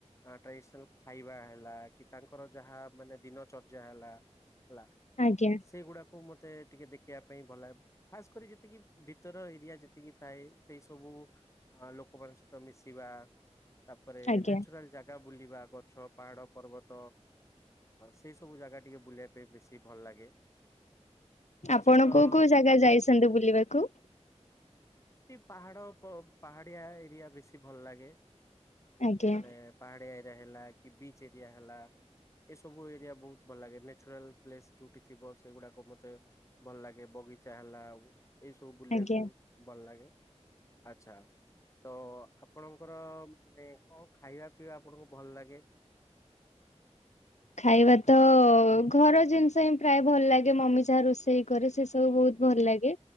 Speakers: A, on the left (about 25°); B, on the left (about 80°).
A: ଟ୍ରାଡିସନାଲ ଖାଇବା ହେଲା କି ତାଙ୍କର ଯାହା ମାନେ ଦିନ ଚର୍ଯ୍ୟା ହେଲା ହେଲା
B: ଆଜ୍ଞା
A: ସେଇଗୁଡାକ ତୁ ମତେ ଟିକେ ଦେଖିବା ପାଇଁ ଭଲ ଲେ ଖାସ କରି ଯେତିକି ଭିତର ଏରିଆ ଯେତିକି ଥାଏ ସେଇ ସବୁ ଲୋକମାନଙ୍କ ସହିତ ମିଶିବା ତାପରେ
B: ଆଜ୍ଞା
A: ନେଚୁରାଲ ଜାଗା ବୁଲିବା ଗଛ ପାହାଡ଼ ପର୍ବତ ସେଇ ସବୁ ଜାଗା ଟିକେ ବୁଲିବା ପାଇଁ ବେଶୀ ଭଲ ଲାଗେ। ତା
B: ଆପଣ
A: ସହିତ
B: କୋଉ କୋଉ ଜାଗା ଯାଇଛନ୍ତି ବୁଲିବାକୁ?
A: ପାହାଡ଼ ପ୍ ପାହାଡ଼ିଆ ଏରିଆ ବେଶୀ ଭଲ ଲାଗେ।
B: ଆଜ୍ଞା
A: ମାନେ ପାହାଡିଆ ହେଲା କି ବିଚ ଏରିଆ ହେଲା ଏସବୁ ଏରିଆ ବୋହୁତ ଭଲ ଲାଗେ ନେଚୁରାଲ୍ ପ୍ଲେସ ଯୋଉଠି ଥିବ ସେଗୁଡା କ ମତେ ଭଲ ଲାଗେ ବଗିଚା ହେଲା ଆଉ ଏଇସବୁ ବୁଲିବାକୁ
B: ଆଜ୍ଞା।
A: ଭଲ ଲାଗେ। ଆଛା ତ ଆପଣଙ୍କର ମାନେ କଣ ଖାଇବା ପିଇବା ଆପଣଙ୍କୁ ଭଲ ଲାଗେ?
B: ଖାଇବା ତ ଘର ଜିନିଷ ହିଁ ପ୍ରାୟେ ଭଲ ଲାଗେ ମମି ଯାହା ରୋଷେଇ କରେ ସେ ସବୁ ବୋହୁତ ଭଲ ଲାଗେ।